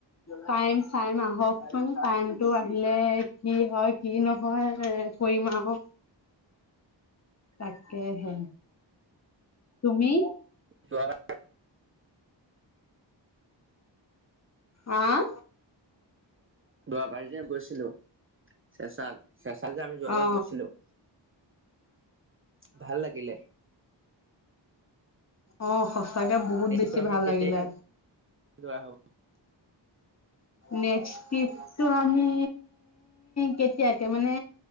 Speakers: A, on the left; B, on the right.
A: টাইম চাইম আহকচোন টাইম টো আহিলে কি হয় কি নহয় কৰিম আৰু। তাকে হে। তুমি?
B: যোৱাবাৰ
A: আহ?
B: দোৱাবাৰীলে গৈছিলোঁ। চে চাল চেঁচা ত যে আমি যোৱাবাৰ
A: অ
B: গৈছিলো ভাল লাগিলে
A: অঁ ক চাগে বহুত
B: এইটো
A: বেছি
B: আমি
A: ভাল
B: কেতিয়াকে
A: লাগিলে
B: যোৱা হ'ব?
A: নেক্টো টিপটো আমি কেতিয়াকে মানে